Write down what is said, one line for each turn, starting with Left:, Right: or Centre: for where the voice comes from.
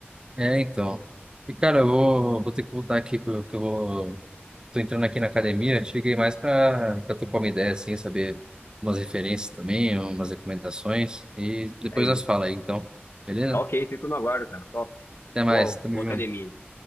Right: é, então. E, cara, eu vou, vou ter que voltar aqui, que eu, que eu vou... Tô entrando aqui na academia, cheguei mais pra, pra trocar uma ideia, assim, saber umas referências também, umas recomendações. E depois
Left: É isso.
Right: nós fala aí, então. Beleza?
Left: Tá ok, fico no aguardo, cara. Top.
Right: Até
Left: Boa,
Right: mais, tamo
Left: boa
Right: junto.
Left: academia. aí.